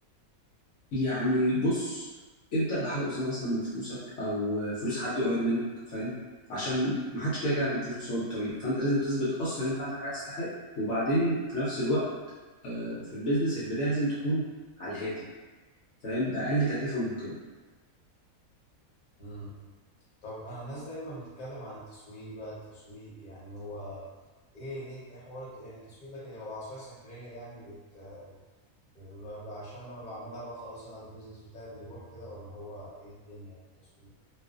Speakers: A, on the left (about 65°); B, on the left (about 40°).
A: يعني بص ابدأ بحاجة بسيطة مثلا من فلوسك أو فلوس حد قريب منك فاهم عشان ما حدش كده كده هيديك فلوس أول الطريق فأنت لازم تثبت أصلا إن أنت عندك حاجة تستحق وبعدين في نفس الوقت في البيزنس البداية لازم تكون على الهادي فاهم بأقل تكلفة ممكنة
B: امم طب انا الناس دايما بتتكلم عن التسويق بقى التسويق يعني هو ايه ايه ايه حوار الت- يعني التسويق ده كان هو عصاية سحرية يعني بت ب- ب- عشان لما بعملها بقى خلاص انا البيزنس بتاعي بيروح كده ولا هو ايه الدنيا في التسويق